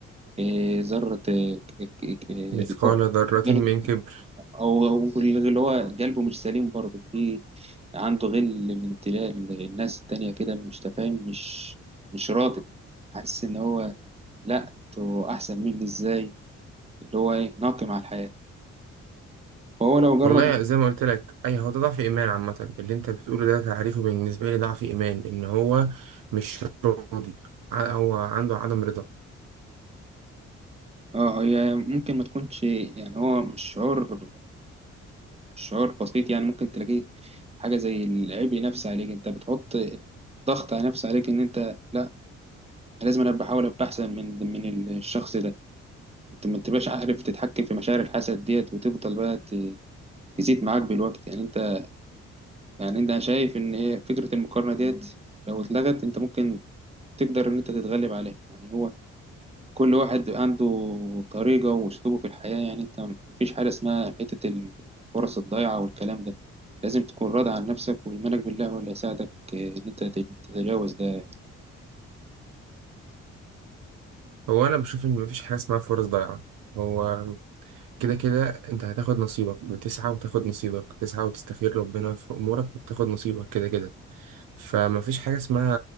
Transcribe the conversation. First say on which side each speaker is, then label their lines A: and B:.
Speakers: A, on the right; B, on the right.
A: إيه، ذره إيه، ك- ك- ك- اللي
B: مثقال
A: هو
B: ذرة
A: ذرة-
B: من كبر
A: او أو اللي هو قلبه مش سليم برضه في عنده غل من ابتلاء الناس التانية كده مش تفاهم مش مش راضي حاسس ان هو لا انتوا احسن مني ازاي اللي هو ايه ناقم على الحياه فهو لو جرب
B: والله زي ما قلت لك اي هو ده ضعف ايمان عامة اللي انت بتقوله ده تعريفه بالنسبة لي ضعف ايمان ان هو مش راضي ع- هو عنده عدم رضا
A: اه هي ممكن ما تكونش يعني هو مش شعور شعور بسيط يعني ممكن تلاقيه حاجة زي العبء نفسي عليك انت بتحط ضغط على نفسك عليك ان انت لا أنا لازم انا بحاول ابقى احسن من من الشخص ده انت ما تبقاش عارف تتحكم في مشاعر الحسد ديت وتفضل بقى ت- تزيد معاك بالوقت يعني انت يعني انت أنا شايف ان هي فكرة المقارنة ديت لو اتلغت انت ممكن تقدر ان انت تتغلب عليها يعني هو كل واحد عنده طريقة وأسلوبه في الحياة يعني أنت مفيش حاجة اسمها حتة الفرص الضايعة والكلام ده لازم تكون راضي عن نفسك وإيمانك بالله هو اللي هيساعدك آه، إن أنت تت- تتجاوز ده
B: هو انا بشوف ان مفيش حاجه اسمها فرص ضايعه هو كده كده انت هتاخد نصيبك بتسعى وتاخد نصيبك بتسعى وتستخير ربنا في امورك وبتاخد نصيبك كده كده فمفيش حاجه اسمها